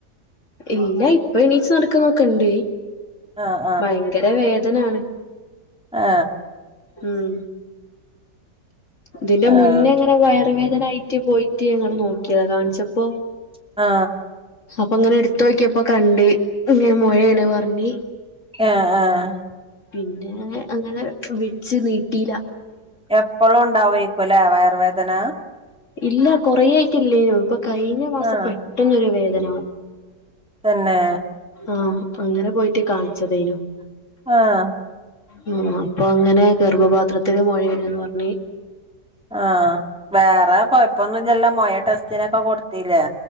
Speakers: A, on the left; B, in the centre.
A: ഇല്ല ഇപ്പൊ എണീച്ച് നടക്ക്ന്നൊക്കെണ്ട്
B: ആഹ്
A: ഭയങ്കര വേദ തനാണ്
B: ആ
A: ഉം ഇതിന്റെ
B: ആഹ്
A: മുന്നേ ങ്ങനെ വയറുവേദനായിട്ട് പോയിറ്റ് ഞങ്ങള് നോക്ക്യേതാ കാണിച്ചപ്പോ
B: ആ
A: അപ്പൊ ങ്ങനെ എട്ത്തോക്ക്യപ്പോ കണ്ട് ങ്ങനെ മൊഴേണ് പർഞ്ഞ്
B: ആ ആ
A: പിന്നെ അങ്ങനെ വെച്ച് നീട്ടില
B: എപ്പളും ണ്ടാവേക്കുലെ വയറ് വേദന
A: ഇല്ല കൊറേ ആയിട്ടില്ലേനു ഇപ്പൊ കഴിഞ്ഞ മാസം
B: ആഹ്
A: പെട്ടെന്നൊരു വേദന
B: തെന്നെ
A: ആഹ് അങ്ങനെ പോയിട്ട് കാൺച്ചതേനു
B: ആ
A: ഉഉം അപ്പൊ അങ്ങനെ ഗർഭപാത്രത്തില് മൊഴേണ്ന്ന് പർഞ്ഞ്
B: ആ വേറെ കൊയപ്പൊന്നുല്ലല്ലോ മൊയ ടെസ്റ്റിനൊക്കെ കൊടുത്തിലേ